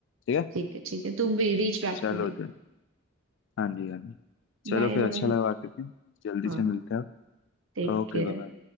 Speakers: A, on the left (about 60°); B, on the right (about 70°).
A: ठीक है
B: ठीक है ठीक है तुम भी reach back
A: चलो
B: to me
A: तो हाँ जी हाँ जी चलो
B: Bye
A: फिर
B: bye
A: अच्छा लगा बात करके जल्दी
B: हाँ
A: से मिलते हैं आप।
B: Take
A: Okay
B: care
A: bye